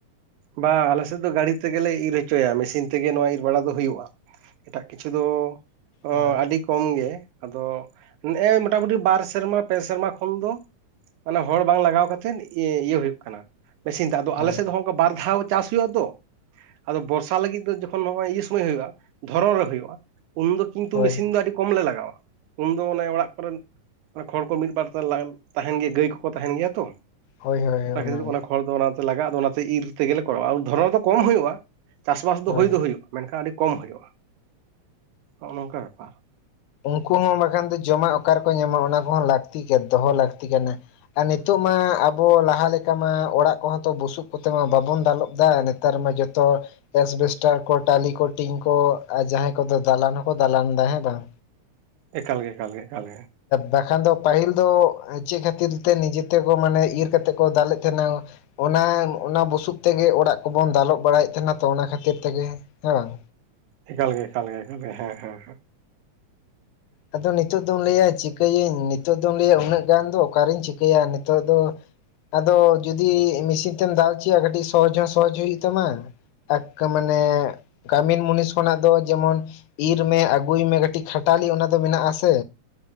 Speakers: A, on the right; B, on the left.
A: ᱵᱟᱝ ᱟᱞᱮᱥᱮᱫ ᱫᱚ ᱜᱟᱹᱲᱤ ᱛᱮᱜᱮᱞᱮ ᱤᱨ ᱦᱚᱪᱚᱭᱟ ᱢᱮᱥᱤᱱ ᱛᱮᱜᱮ ᱱᱚᱜᱼᱚᱭ ᱤᱨ ᱵᱟᱲᱟ ᱫᱚ ᱦᱩᱭᱩᱜᱼᱟ᱾ ᱮᱴᱟᱜ ᱠᱤᱪᱷᱩ ᱫᱚ ᱚ
B: ᱦᱳᱭ
A: ᱟᱹᱰᱤ ᱠᱚᱢ ᱜᱮ ᱟᱫᱚ ᱱᱮᱜᱼᱮ ᱢᱚᱴᱟᱢᱩᱴᱤ ᱵᱟᱨ ᱥᱮᱨᱢᱟ ᱯᱮ ᱥᱮᱨᱢᱟ ᱠᱷᱚᱱ ᱫᱚ ᱢᱟᱱᱮ ᱦᱚᱲ ᱵᱟᱝ ᱞᱟᱜᱟᱣ ᱠᱟᱛᱮᱫ ᱤ ᱤᱭᱟᱹ ᱦᱩᱭᱩᱜ ᱠᱟᱱᱟ ᱢᱮᱥᱤᱱ ᱟᱫᱚ ᱟᱞᱮ
B: ᱦᱳᱭ
A: ᱥᱮᱫ ᱫᱚ ᱦᱚᱸᱠᱟ ᱵᱟᱨ ᱫᱷᱟᱣ ᱪᱟᱥ ᱦᱩᱭᱩᱜ ᱟᱛᱚ ᱟᱫᱚ ᱵᱚᱨᱥᱟ ᱞᱟᱹᱜᱤᱫ ᱫᱚ ᱚᱠᱷᱚᱱ ᱱᱚᱜᱼᱚᱭ ᱤᱭᱟᱹ ᱥᱚᱢᱚᱭ ᱦᱳᱭᱳᱜᱼᱟ ᱫᱷᱚᱨᱚᱱ ᱨᱮ ᱦᱳᱭᱳᱜᱼᱟ ᱩᱱᱫᱚ ᱠᱤᱱᱛᱩ
B: ᱦᱳᱭ
A: ᱢᱮᱥᱤᱱ ᱫᱚ ᱟᱹᱰᱤ ᱠᱚᱢᱞᱮ ᱞᱟᱜᱟᱣᱟ᱾ ᱩᱱᱫᱚ ᱚᱱᱮ ᱚᱲᱟᱜ ᱠᱚᱨᱮᱱ ᱦᱚᱲ ᱠᱚ ᱢᱤᱫ ᱵᱟᱨ ᱛᱟᱦᱮᱸᱱ ᱜᱮᱭᱟ ᱜᱟᱹᱭ ᱠᱚᱠᱚ ᱛᱟᱦᱮᱸᱱ ᱜᱮᱭᱟ ᱛᱚ᱾
B: ᱦᱳᱭ ᱦᱳᱭ
A: ᱚᱱᱟ
B: ᱚᱱᱟᱜᱮ
A: ᱠᱷᱟᱹᱛᱤᱨ ᱛᱮ ᱚᱱᱮᱠ ᱦᱚᱲ ᱫᱚ ᱚᱱᱟᱛᱮ ᱞᱟᱜᱟᱜᱼᱟ ᱟᱫᱚ ᱚᱱᱟᱛᱮ ᱤᱨ ᱛᱮᱜᱮᱞᱮ ᱠᱚᱨᱟᱣᱟ ᱫᱷᱚᱨᱚᱱ ᱨᱮᱫᱚ ᱠᱚᱢ ᱦᱳᱭᱳᱜᱼᱟ᱾ ᱪᱟᱥᱵᱟᱥ ᱫᱚ
B: ᱦᱳᱭ
A: ᱦᱩᱭ ᱫᱚ ᱦᱩᱭᱩᱜᱼᱟ ᱢᱮᱱᱠᱷᱟᱱ ᱟᱹᱰᱤ ᱠᱚᱢ ᱦᱩᱭᱩᱜᱼᱟ ᱱᱚᱜᱼᱚ ᱱᱚᱝᱠᱟ ᱵᱮᱯᱟᱨ᱾
B: ᱩᱱᱠᱩ ᱦᱚᱸ ᱵᱟᱠᱷᱟᱱ ᱫᱚ ᱡᱚᱢᱟᱜ ᱚᱠᱟ ᱨᱮᱠᱚ ᱧᱟᱢᱟ ᱚᱱᱟ ᱠᱚᱦᱚᱸ ᱞᱟᱹᱠᱛᱤ ᱜᱮᱭᱟ ᱫᱚᱦᱚ ᱞᱟᱹᱠᱛᱤ ᱠᱟᱱᱟ᱾ ᱟᱨ ᱱᱤᱛᱚᱜ ᱢᱟ ᱟᱵᱚ ᱞᱟᱦᱟ ᱞᱮᱠᱟ ᱢᱟ ᱚᱲᱟᱜ ᱠᱚᱦᱚᱸ ᱛᱚ ᱵᱩᱥᱩᱵ ᱠᱚᱛᱮ ᱢᱟ ᱵᱟᱵᱚᱱ ᱫᱟᱞᱚᱵ ᱫᱟ ᱱᱤᱛ -ᱛᱟᱨ ᱢᱟ ᱡᱚᱛᱚ ᱮᱥᱵᱮᱥᱴᱟᱨ ᱠᱚ ᱴᱟᱞᱤ ᱠᱚ ᱴᱤᱝ ᱠᱚ ᱟᱨ ᱡᱟᱦᱟᱸᱭ ᱠᱚᱫᱚ ᱫᱟᱞᱟᱱ ᱦᱚᱸᱠᱚ ᱫᱟᱞᱟᱱ ᱫᱟ ᱦᱮᱸ ᱵᱟᱝ?
A: ᱮᱠᱟᱞ ᱜᱮ ᱮᱠᱟᱞ ᱜᱮ ᱮᱠᱟᱞ ᱜᱮ᱾
B: ᱵᱟᱠᱷᱟᱱ ᱫᱚ ᱯᱟᱹᱦᱤᱞ ᱫᱚ ᱪᱮᱫ ᱠᱷᱟᱹᱛᱤᱨ ᱛᱮ ᱱᱤᱡᱮ ᱛᱮᱠᱚ ᱢᱟᱱᱮ ᱤᱨ ᱠᱟᱛᱮᱫ ᱠᱚ ᱫᱟᱞᱮᱫ ᱛᱟᱦᱮᱱᱟ? ᱚᱱᱟ ᱚᱱᱟ ᱵᱩᱥᱩᱵ ᱛᱮᱜᱮ ᱚᱲᱟᱜ ᱠᱚᱵᱚᱱ ᱫᱟᱞᱚᱵ ᱵᱟᱲᱟᱭᱮᱫ ᱛᱟᱦᱮᱱᱟ ᱛᱚ ᱚᱱᱟ ᱠᱷᱟᱹᱛᱤᱨ ᱛᱮᱜᱮ᱾ ᱦᱮᱸ ᱵᱟᱝ?
A: ᱮᱠᱟᱞᱜᱮ ᱮᱠᱟᱞᱜᱮ ᱮᱠᱟᱞᱮ ᱦᱮᱸ ᱦᱮᱸ᱾
B: ᱟᱫᱚ ᱱᱤᱛᱚᱜ ᱫᱚᱢ ᱞᱟᱹᱭᱟ ᱪᱤᱠᱟᱹᱭᱟᱹᱧ ᱱᱤᱛᱚᱜ ᱫᱚᱢ ᱞᱟᱹᱭᱟ ᱩᱱᱟᱹᱜ ᱜᱟᱱ ᱫᱚ ᱚᱠᱟᱨᱤᱧ ᱪᱤᱠᱟᱹᱭᱟ ᱱᱤᱛᱚᱜ ᱫᱚ᱾ ᱟᱫᱚ ᱡᱩᱫᱤ ᱢᱮᱥᱤᱱ ᱛᱮᱢ ᱫᱟᱞ ᱦᱚᱪᱚᱭᱟ ᱠᱟᱹᱴᱤᱡ ᱥᱚᱦᱚᱡ ᱦᱚᱸ ᱥᱚᱦᱚᱡ ᱦᱩᱭᱩᱜ ᱛᱟᱢᱟ᱾ ᱮᱠ ᱢᱟᱱᱮ ᱠᱟᱹᱢᱤᱱ ᱢᱩᱱᱤᱥ ᱠᱷᱚᱱᱟᱜ ᱫᱚ ᱡᱮᱢᱚᱱ ᱤᱨ ᱢᱮ ᱟᱹᱜᱩᱭ ᱢᱮ ᱠᱟᱹᱴᱤᱡ ᱠᱷᱟᱴᱟᱞᱤ ᱚᱱᱟ ᱫᱚ ᱢᱮᱱᱟᱜ-ᱟ ᱥᱮ